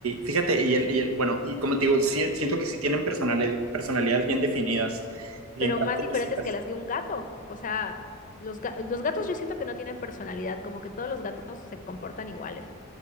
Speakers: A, on the right; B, on the left.
A: Fíjate, y el, y el- bueno, y como te digo, sí- siento que sí tienen personali- personalidades bien definidas, bien
B: Pero
A: características.
B: más diferentes que las de un gato. O sea, los, ga- los gatos yo siento que no tienen personalidad, como que todos los gatos se comportan iguales.